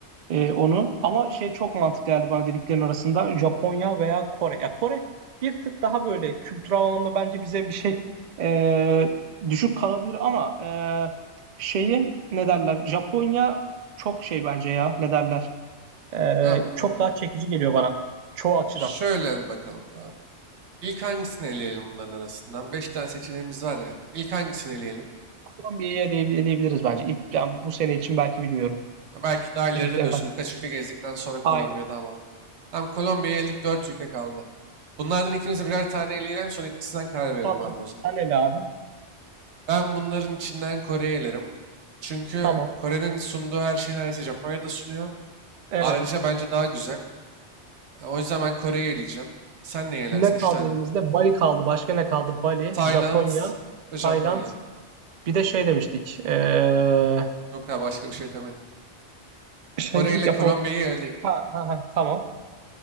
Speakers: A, on the right; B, on the right.
A: e, onu. Ama şey çok mantıklı geldi bana dediklerin arasında Japonya veya Kore. Ya Kore bir tık daha böyle kültürel anlamda bence bize bir şey e, düşük kalabilir ama e, şeyi ne derler? Japonya çok şey bence ya ne derler? E,
B: Abi, hmm,
A: çok daha çekici geliyor bana çoğu açıdan.
B: şöyle bakalım abi. İlk hangisini eleyelim bunların arasından? Beş tane seçeneğimiz var ya. İlk hangisini eleyelim?
A: Kolombiya'ya diye- diyebiliriz bence. İlk yani bu sene için belki bilmiyorum
B: Ha, Belki daha ileride
A: dediklerini
B: diyorsun
A: daha.
B: birkaç ülke gezdikten sonra Kolombiya'da
A: Aynen.
B: ama. Tam Kolombiya'ya eldik dört ülke kaldı. Bunlardan ikimize birer tane eleyelim sonra ikisinden karar verelim
A: Tamam.
B: abi o zaman.
A: Sen ele abi.
B: Ben bunların içinden Kore'yi elerim. Çünkü
A: Tamam.
B: Kore'nin sunduğu her şeyi neredeyse Japonya da sunuyor.
A: Evet.
B: Ayrıca bence daha güzel. E, O yüzden ben Kore'yi eleyeceğim. Sen neyi
A: Şimdi
B: elersin?
A: ne kaldı
B: Üç tane.
A: elimizde? Bali kaldı. Başka ne kaldı? Bali,
B: Tayland
A: Japonya,
B: ve Japonya.
A: Tayland. Bir de şey demiştik. Ee,
B: Yok ya başka bir şey demedik.
A: şey
B: Kore
A: dedik
B: ile
A: ya
B: Kolombiya'yı
A: Hong Kong.
B: eledik.
A: Ha, ha, ha, tamam.